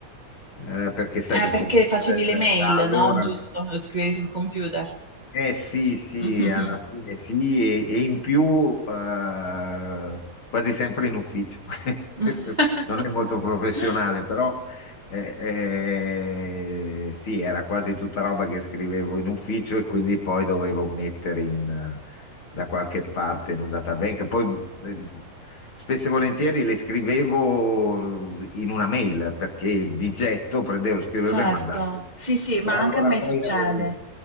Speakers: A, on the left; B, on the right.
A: eh, perché sai,
B: Eh,
A: di
B: perché
A: computer
B: facevi
A: eh,
B: le
A: da,
B: mail,
A: da allora.
B: no? Giusto? Le scrivevi sul computer.
A: Eh sì, sì,
B: Mhm.
A: alla fine sì, e, e in più eh, quasi sempre in ufficio.
B: <laughs>
A: <laughs> Non è molto professionale, però eh, eh, sì, era quasi tutta roba che scrivevo in ufficio e quindi poi dovevo mettere in, eh, da qualche parte in un databank. Poi eh, Spesso e volentieri le scrivevo eh, in una mail perché di getto prendevo, scrivevo
B: Certo,
A: e mandavo.
B: sì, sì, ma
A: E allora
B: anche a me
A: poi
B: succede.
A: avevo,